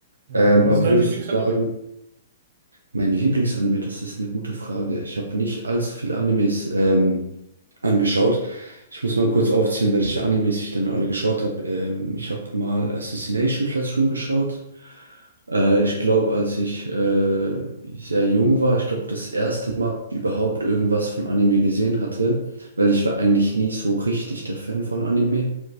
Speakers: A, on the right; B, on the right.
A: Ja.
B: Ähm,
A: Was
B: aber
A: ist dein
B: würdest
A: Lieblingsanime?
B: du sagen, Mein Lieblingsanime, das ist eine gute Frage. Ich habe nicht allzu viele Animes ähm, angeschaut. Ich muss mal kurz aufzählen, welche Animes ich denn alle geschaut habe. Ähm, ich habe mal Assassination Classroom geschaut. Äh, ich glaube, als ich äh, sehr jung war, ich glaube, das erste Mal überhaupt irgendwas von Anime gesehen hatte, weil ich war eigentlich nie so richtig der Fan von Anime